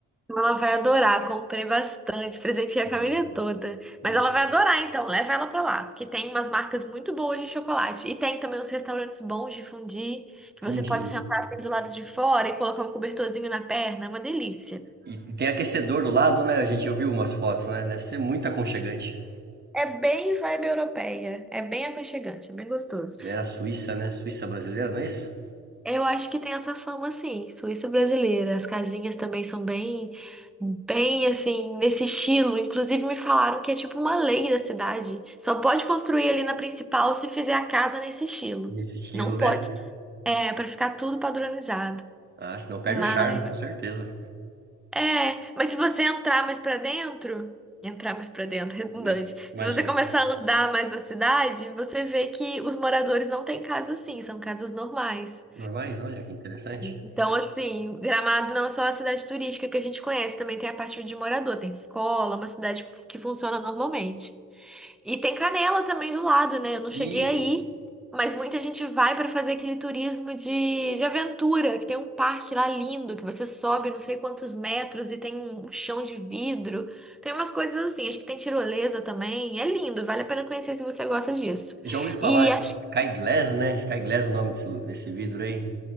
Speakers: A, in the centre; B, on the right.
A: Ela vai adorar, comprei bastante, presenteei
B: Olha,
A: a família toda.
B: não,
A: Mas ela vai adorar, então, leva ela pra lá, porque tem umas marcas muito boas de chocolate. E tem também uns restaurantes bons de fondue, que
B: fundi.
A: você pode sentar assim do lado de fora e colocar um cobertorzinho na perna, é uma delícia.
B: E e tem aquecedor do lado, né? A gente ouviu umas fotos, né? Deve ser muito aconchegante.
A: É bem vibe europeia, é bem aconchegante, é bem gostoso.
B: Né? A Suíça, né? Suíça brasileira, não é isso?
A: Eu acho que tem essa fama, assim, Suíça brasileira. As casinhas também são bem, bem assim, nesse estilo. Inclusive, me falaram que é tipo uma lei da cidade. Só pode construir ali na principal se fizer a casa nesse estilo.
B: Nesse estilo,
A: Não
B: né?
A: pode. É, pra ficar tudo padronizado.
B: Ah, senão perde
A: Mas,
B: o charme, com certeza.
A: é, mas se você entrar mais pra dentro, entrar mais pra dentro, <laughs> redundante.
B: né? Imagino.
A: Se você começar a andar mais na cidade, você vê que os moradores não têm casa assim, são casas normais.
B: Normais, olha que interessante.
A: Então, assim, Gramado não é só a cidade turística que a gente conhece, também tem a parte de morador, tem escola, uma cidade que funciona normalmente. E tem Canela também do lado, né? Eu não
B: E
A: cheguei
B: Isso.
A: aí, mas muita gente vai para fazer aquele turismo de, de aventura, que tem um parque lá lindo, que você sobe não sei quantos metros e tem um um chão de vidro. Tem umas coisas assim, acho que tem tirolesa também. É lindo, vale a pena conhecer se você gosta disso.
B: Já ouvi falar,
A: E
B: S-
A: acho
B: Sky Glass, né? Sky Glass é o nome desse, desse vidro aí.